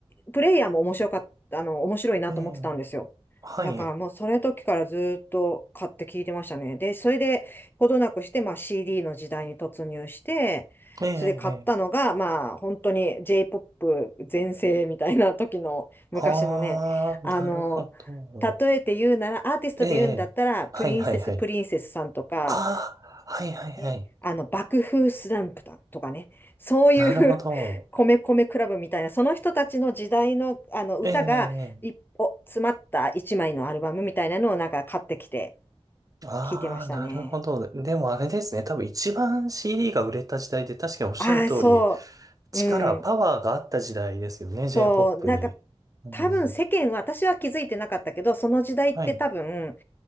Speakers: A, on the left; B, on the right.
A: プレイヤーも面白かった、あの、面白いなと思ってたんですよ。
B: え、ええ、はい。
A: だからもうそれ時からずっと買って聞いてましたね。で、それでほどなくして、まあ CD の時代に突入して、
B: ええ、
A: それで買ったのが、
B: ええ
A: まあ本当に J-POP 全盛みたいな時の昔のね、
B: ああ、
A: あの、
B: なるほど。
A: 例えて言うなら、アーティストで言うんだったら、
B: ええ、ええはいはいはい。
A: プリンセス・プリンセスさんとか、
B: ああ、はいはいはい。
A: ね、あの、爆風スランプだとかね、そういう
B: なるほど。
A: <laughs> 米米クラブみたいな、その人たちの時代の、あの歌が一歩詰まった一枚のアルバムみたいなのをなんか買ってきて
B: ええ、ええああー、
A: 聞いてましたね。
B: なるほど。でもあれですね。多分一番 CD が売れた時代で、確かにおっしゃる通り、
A: ああ、そ
B: 力、
A: う、うん、
B: パワーがあった時代ですよね。J-POP
A: そう、なんか
B: に。うん、
A: 多分世間は、私は気づいてなかったけど、その時代って多分、
B: はい、